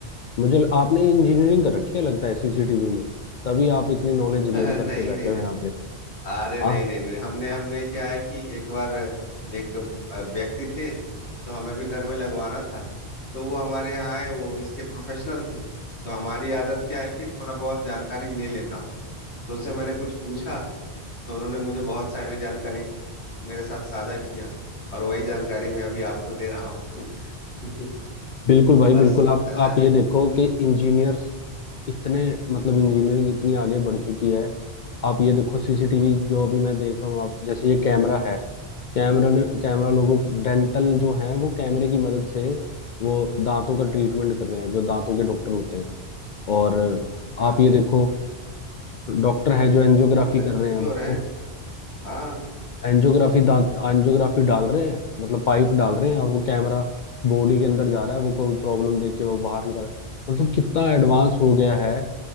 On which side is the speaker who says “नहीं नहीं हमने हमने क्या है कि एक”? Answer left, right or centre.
Left